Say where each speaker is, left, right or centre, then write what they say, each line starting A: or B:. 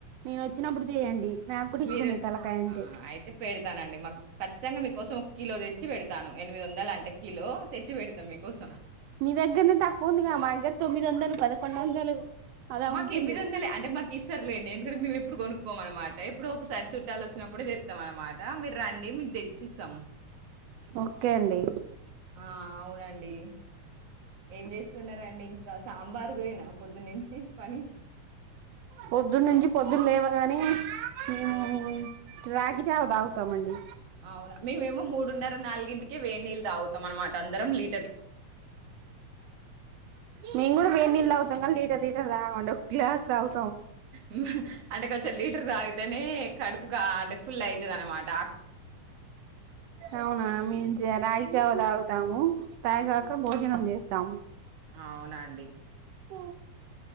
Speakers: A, on the right; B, on the right.
A: నేను వచ్చినప్పుడు చేయండి నాకు కూడా
B: మీరు
A: ఇష్టమే
B: వచ్చినప్పుడు
A: తలకాయ అంటే
B: ఆ అయితే పెడతానండి మా ఖచ్చితంగా మీకోసం ఓ కి కిలో తెచ్చి పెడతాను ఎనిమిది వందలు అంట కిలో తెచ్చి పెడతా మీకోసం
A: మీ దగ్గరనే తక్కువ ఉందిగా మా దగ్గర తొమ్మిది వందలు పదకొండు వందలు అలా
B: మాకు
A: ఉంటుంది
B: ఎనిమిది వందలే అంటే మాకు ఇస్తారులేండి ఇక్కడ మేము ఎప్పుడు కొనుక్కోము అనమాట ఎప్పుడో ఒకసారి చుట్టాలు వచ్చినప్పుడే తెస్తాం అనమాట మీరు రండి మీకు తెచ్చిస్తాం
A: ఓకే అండి
B: ఆ! అవునండి ఏం చేస్తున్నారండి ఇంకా సాంబార్ దేనా పొద్దునుంచి పని
A: పొద్దునుంచి పొద్దున లేవాగానే హ్మ్ రాగి జావా తాగుతామండి.
B: అవునా మేమేమో మూడున్నర నాలుగింటికి వేడి నీళ్ళు తాగుతాం అన్నమాట అందరం లీ
A: మేం కూడా వెేడి నీళ్లు తాగుతం కానీ లీటర్ లీ టర్ తాగమండి ఓ గ్లాస్ తాగు
B: హ్మ్ అంటే కొంచెం లీటర్ తాగితేనే కడుపు కాలీ ఫుల్ అయితది అనమాట
A: అవునా మేం జా రాగిజావ తాగు తాము. తాగాక భోజనం చేస్ తాం
B: ఆ అవునా అండి
A: ఓ